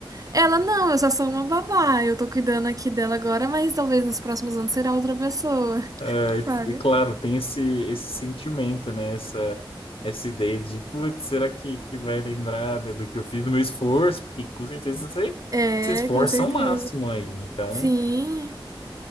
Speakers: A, on the right; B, on the left.
A: Ela, não, eu só sou uma babá, eu tô cuidando aqui dela agora, mas talvez nos próximos anos será outra pessoa,
B: É,
A: <laughs> sabe?
B: e, e, claro, tem esse, esse sentimento, né? Essa, essa ideia de, putz, será que, que vai lembrar, né, do que eu fiz, do meu esforço? Porque com certeza você
A: É,
B: se esforça
A: com certeza.
B: ao máximo aí. Então,
A: Sim.